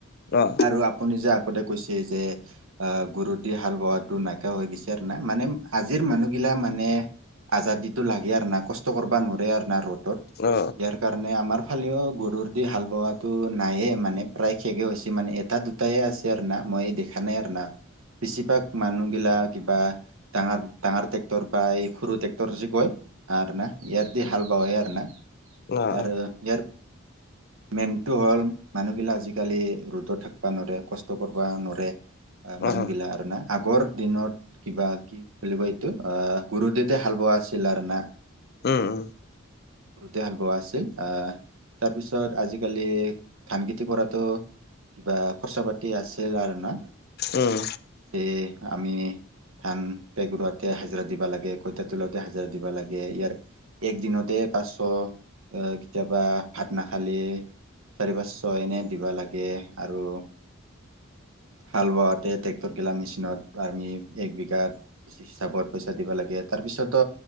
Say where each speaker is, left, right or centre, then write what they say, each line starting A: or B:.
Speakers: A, on the left (about 50°); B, on the right (about 85°).
A: অ অ
B: আৰু আপুনি যাক কৈছে যে গুৰুটি হাল বাৱাত টো নাইকিয়া হৈ গৈছে আৰু না মানে আজিৰ মানুহিলা মানে আ টো লাগে আৰু ন কষ্ট কৰিব নোৱ আৰু না ৰ'দত
A: অ
B: ইয়াৰ কাৰণে আমাৰ ইফালেও গৰুৰ দি হাল বোৱাটো নাইয়ে মানে প্ৰায় শেষে হৈছে মানে এটা দুটায়ে আছে আৰু না মই দেখা নাই আৰু না বেছিভাগ মানুহগিলা কিবা ডাঙৰ ডাঙৰ ট্ৰেক্টৰ বা এই সৰু ট্ৰেক্টৰ যে কয় আৰু না ইয়াৰ দি হাল বাৱ খানা
A: অ
B: আৰু ইয়াৰ মেইনটো হ'ল মানুহবিলাক আজিকালি ৰ'দত থাকিবা নৰে কষ্ট কৰিব নৰে মানুহগিলা
A: অ অ
B: আৰু না আগৰ দিনত কিবা কি বুলি কয় এইটো অ', গুৰু দেতে হাল বোৱা আছিল আৰু না
A: উম।
B: গৰুতে হাল বোৱা আছিল আহ তাৰপিছত আজিকালি ধান খেতি কৰাতটো কিবা খৰচা পাতি আছিল আৰু না
A: উম
B: যে আমি ধান পেগ ৰুৱেতে হাজাৰ দিব লাগে কৈঠা তোলেতে হাজাৰ দিবা লাগে ইয়াৰ এক দিনতে পাঁচশ আহ কেতিয়াবা ভাত নাখালে চাৰি পাঁচশ এনে দিবা লাগে আৰু হাল বোৱাতে ট্ৰেক্টৰ গিলা মেচিনত আমি এক বিঘাত হিচাপত পইচা দিব লাগে তাৰপিছতো